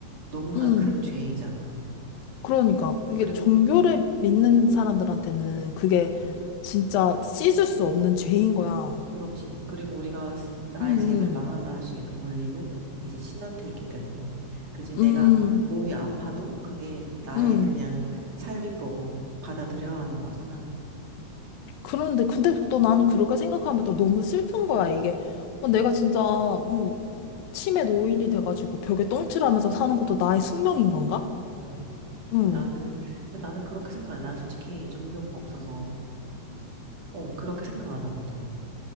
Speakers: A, on the right; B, on the left.
A: 너무나
B: 음.
A: 큰 죄이잖아.
B: 그러니까
A: 음,
B: 그게
A: 그리고,
B: 종교를 믿는 사람들한테는 그게 진짜 씻을 수 없는 죄인 거야.
A: 그렇지. 그리고 우리가 스- 나의
B: 음,
A: 생을 마감할
B: 음,
A: 수 있는 권리는 이제 신한테 있기 때문에. 그지? 내가
B: 음,
A: 몸이 아파도 그게 나의
B: 음.
A: 그냥 삶인 거고 받아들여야 하는 거잖아.
B: 그런데 근데 또 나는 그렇게 생각하면 또 너무 슬픈 거야 이게. 어, 내가 진짜 음, 치매 노인이 돼가지고 벽에 똥칠하면서 사는 것도 나의 숙명인 건가?
A: 와.
B: 응응응.
A: 그 나는, 근데 나는 그렇게 생각해. 난 솔직히 종교가 없어서, 어, 그렇게 생각 안 하거든.